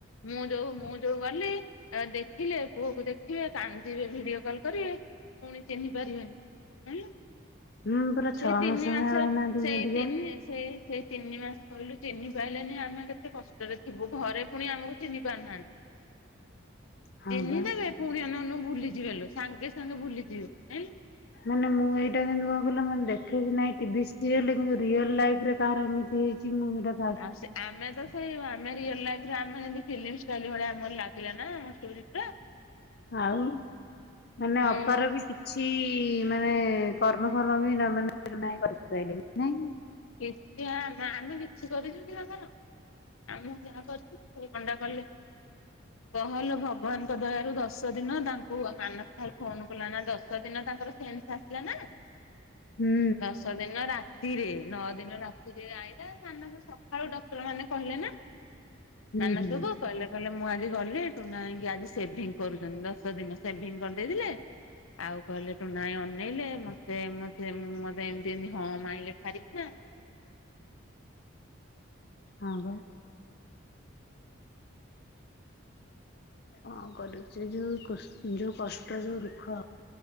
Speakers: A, on the left (about 85°); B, on the left (about 50°).
A: ମୁଁ ଯୋଉ ମୁଁ ଯୋଉ ଗଲି। ଆ ଦେଖିଲେ ପୁଅକୁ ଦେଖିବେ କାନ୍ଦିବେ ଭିଡିଓ କଲ କରିବେ ପୁଣି ଚିହ୍ନି ପାରିବେନି। ହୁଁ
B: ହୁଁ ପୁରା
A: ସେଇ
B: ଛଅ
A: ତିନି
B: ମାସ
A: ମାସେ
B: ଭଳିଆ ରହିନାହାନ୍ତି
A: ସେଇ
B: ମେଡିକାଲରେ
A: ତିନିସ୍ ସେ ସେ ତିନି ମାସେ କହିଲୁ ଚିହ୍ନି ପାଇଲେନି ଆମେ କେତେ କଷ୍ଟରେ ଥିବୁ ଘରେ। ଫୁଣି ଆମକୁ ଚିହ୍ନି ପାରୁନାହାନ୍ତି
B: ହଁ
A: ଚିହ୍ନିଦେବେ।
B: ବା
A: ପୁଣି ଅନଉ ଅନଉ ଭୁଲିଯିବେ ଲୋ ସାଙ୍ଗେ ସାଙ୍ଗେ ଭୁଲିଯିବେ ଯାଇଁଲୁ
B: ମାନେ ମୁଁ ଏଇଟା କିନ୍ତୁ କଣ କହିଲ ମାନେ ଦେଖେ କି ନାଇଁ ଟିଭି ସିରିଏଲରେ କିନ୍ତୁ ରିଅଲ ଲାଇଫ ରେ କାହାର ଏମିତି କିମୋ ହେଟା।
A: ଆଉ ସେ ଆମେ ତ ସେଇ ଆମେ ରିଅଲ ଲାଇଫ୍ ରେ ଆମେ ହେମତି ଫିଲ୍ମଷ୍ଟାଇଲ ଭଳିଆ ଆମର ଲାଗିଲା ନା ପୁରି ପୁରା।
B: ଆଉ ମାନେ
A: ମୁଁ
B: ଅପାର ବି ସି ଛି ମାନେ କର୍ମଫଳ ବି ନା ମାନେ ନାଇଁ କରି ପାଇଲେ ନାଇଁ କି
A: କିଛି ଆ ଆଁ ଆମେ କିଛି କରିଚୁ କି ତାଙ୍କର। ଆଉ ମୁଁ ଯାହା କରଛି ସେ କଣଡା କଲେ। କହଲୋ ଭଗବାନ୍ ଙ୍କ ଦୟାରୁ ଦଶ ଦିନ ତାଙ୍କୁ ମାନସ ଭାଇ ଫୋନ କଲା ନା ଦଶ ଦିନ ତାଙ୍କର ସେନ୍ସ ଆସ୍ ଲାନା
B: ହୁଁ
A: ଦଶ ଦିନ ରାତିରେ। ନଅ ଦିନ ରାତିରେ ଆଇଲା ମାନଙ୍କୁ ସକାଳୁ ଡକ୍ଟର ମାନେ କହିଲେ ନା।
B: ହୁଁ
A: ମାନସକୁ
B: ହୁଁ
A: କହିଲେ କହିଲେ ମୁଁ ଆଜି ଗଲି ଟୁନା ଭାଇଙ୍କି ଆଜି ସେଭିଙ୍ଗ କରୁଛନ୍ତି ଦଶ ଦିନ ସେଭିଙ୍ଗ କରିଦେଇଥିଲେ। ଆଉ କହିଲେ ଟୁନା ଭାଇଁ ଅନେଇଲେ ମତେ ମତେ ମତେ ଏମିତି ଏମତି ହଁ ମାଇଲେ ଠାର୍ ର୍ଚି ନା।
B: ହଁ ବା। ହଁ କରୁଛି ଯୋଉ କସ୍ ଯୋଉ କଷ୍ଟ ଯୋଉ ଦୁଃଖ।